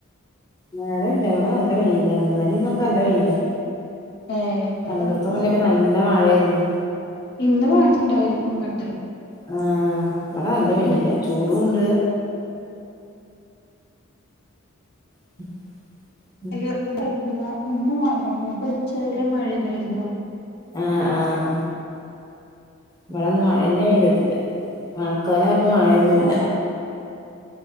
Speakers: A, on the left (about 20°); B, on the left (about 50°).
A: മഴ ഇല്ല ഇവിടെ നല്ല വെയിൽ ആണ് ഇന്നലെന്നൊക്കെ നല്ല വെയിലാ
B: ഏ <unintelligible>
A: രണ്ടൂസം മുന്നൊക്കെ നല്ല മഴയായിരുന്നു
B: ഇന്ന് പണി ഉണ്ടായിരുന്നു ഇങ്ങട്ട്
A: ആഹ ഇവിടെ നല്ല വെയില
B: ഉം
A: ചൂടുണ്ട് <inaudible>
B: <unintelligible> ഇന്ന് മഴയുണ്ടെനു ഇപ്പ ഉച്ച വരെ മഴണ്ടായിരുന്നു.
A: ആഹ് ആഹ ഇവിടെന്നും മഴ തന്നെ പെയ്തിട്ടില്ല. മഴക്കാല പറഞ്ഞാണ്ട് മഴയൊന്നുല്ല
B: ആഹ്